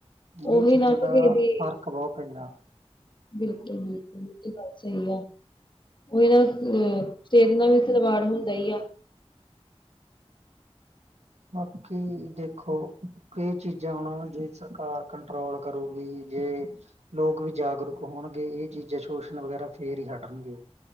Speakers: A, on the right; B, on the left.
A: ਇਹ
B: ਉਹੀ
A: ਚੀਜ਼ਾਂ
B: ਨਾ ਕਿ
A: ਦਾ,
B: ਕਿਸੇ ਦੀ
A: ਫ਼ਰਕ ਬਹੁਤ ਪੈਂਦਾ।
B: ਬਿਲਕੁਲ ਬਿਲਕੁਲ ਇਹ ਤੇ ਗੱਲ ਸਹੀ ਆ ਉਹ ਇਹ ਨਾ ਅ ਸਿਹਤ ਨਾਲ ਵੀ ਖਿਲਵਾੜ ਹੁੰਦਾ ਹੀ ਆ
A: ਬਾਕੀ ਦੇਖੋ ਕਈ ਚੀਜ਼ਾਂ ਹੋਣ ਜੇ ਸਰਕਾਰ ਕੰਟਰੋਲ ਕਰੂਗੀ ਜੇ ਲੋਕ ਵੀ ਜਾਗਰੂਕ ਹੋਣਗੇ ਇਹ ਚੀਜ਼ਾਂ ਸ਼ੋਸ਼ਣ ਵਗੈਰਾ ਫੇਰ ਹੀ ਹਟਣਗੇ